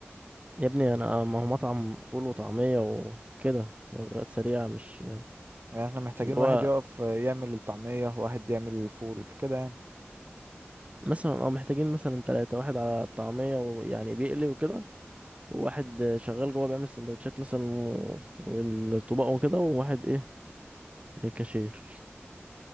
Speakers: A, on the right; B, on the right.
A: يا ابني أنا آه، ما هو مطعم فول وطعمية وكده وجبات سريعة مش
B: يعني احنا محتاجين
A: اللي هو
B: واحد يقف آه، يعمل الطعميه واحد يعمل الفول كده يعني
A: مثلا اه محتاجين مثلا تلاتة واحد على الطعمية ويعني بيقلي وكده واحد شغال جوه بيعمل سندوتشات مثلا و- والطباق وكده وواحد ايه كاشير